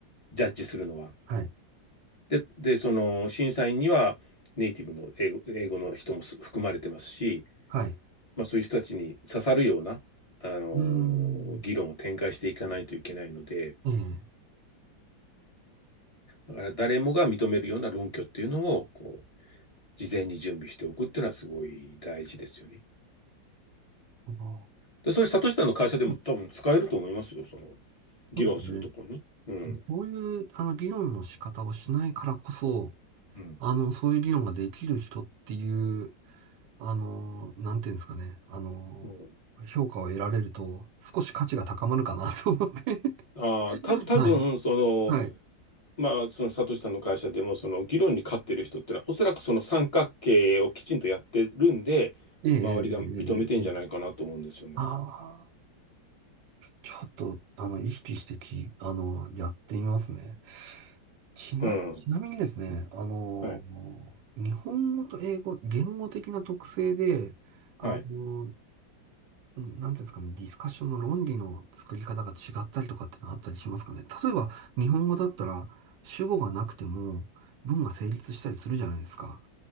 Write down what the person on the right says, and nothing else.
はい、
はい。
うーん、
ええ、
あの
うん
そうです
ね。そういう、あの、議論の仕方をしないからこそ、
あの、そういう議論ができる人っていう、あの、なんていうんですかね、あの、
評価を得られると、少し価値が高まるかなと思って。<laughs>
はい、はい。
ええ、ええ、
ええ、ええ。ええああ。ちょっと、あの、意識してき、あの、やってみますね。ちな、
ちなみにですね、あの、
日本語と英語、言語的な特性で、あの、
なんていうんですかね、ディスカッションの論理の作り方が違ったりとかってのあったりしますかね。例えば、日本語だったら、主語がなくても、文が成立したりするじゃないですか。